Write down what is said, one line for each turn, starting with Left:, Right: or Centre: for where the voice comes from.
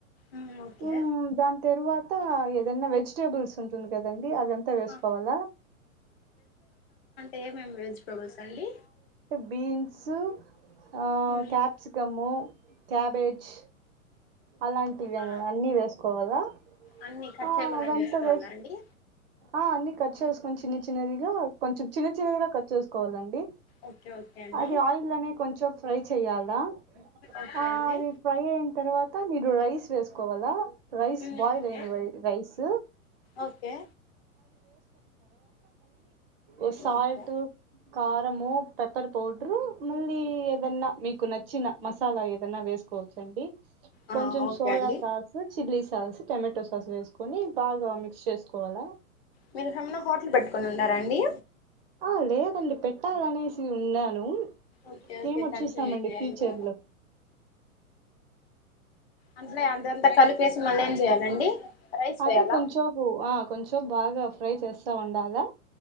Left: ఉమ్ ఓకే
Right: మ్మ్ దాని తరువా త ఏదన్న వెజిటేబుల్స్ ఉంటుంది కదన్ డి అదంతా వేసుకోవల్ల
Left: ఆ ఏమేం వెజ్ పబల్స్ అండి
Right: బీన్స్ ఆ
Left: ఉమ్
Right: క్యాప్సికము క్యాబేజ్ అలాంటివి అ
Left: ఆ
Right: అన్ని వేసుకోవాలా
Left: అన్ని కట్
Right: ఆ!
Left: చేయకుండానే
Right: అవంతా
Left: వేసుకోవాల
Right: వేస్
Left: అండి
Right: ఆ అన్ని కట్ చేసుకొని చిన్న చిన్నదిగా కొంచెం చిన్న చిన్నదిగా కట్ చేసుకోవాలండి
Left: ఓకే ఓకే అండి
Right: అది ఆయిల్లోనే కొంచెం ఫ్రై చెయ్యాలా
Left: ఓకే
Right: ఆ
Left: అండి
Right: అది ఫ్రై అయిన తర్వాత మీరు రైస్ వేస్ కోవాల రైస్
Left: ఉమ్
Right: బాయిల్
Left: ఓకే
Right: అయిన రై రైస్
Left: ఓకే
Right: ఎ సాల్ట్
Left: ఓకే
Right: కారము పెప్పర్ పౌడరు మళ్ళీ ఏదన్నా మీకు నచ్చిన మసాలా ఏదన్నా వేసుకోవచ్చండి
Left: ఆ
Right: కొంచం
Left: ఓకే
Right: సోయా
Left: అండి
Right: sauce chilli sauce tomato sauce వేసుకొని బాగా మిక్స్ చేసుకోవాలా
Left: మీరు సన్న హోటల్ పెట్టుకొని ఉండారా అండి
Right: ఆ లేదండి పెట్టాలనేసి ఉన్నాను
Left: ఓకే ఓకే
Right: ఏమో
Left: కంటిన్యూ
Right: చూసామండి
Left: చేయండి
Right: ఫ్యూచర్లో
Left: అట్లే అంతంత కలిపేసి మళ్ళ ఏం చేయాలండి రైస్
Right: అదే
Left: వేయాలా
Right: కొంచేపు ఆ కొంచెం బాగా ఫ్రై చేస్తా ఉండాలా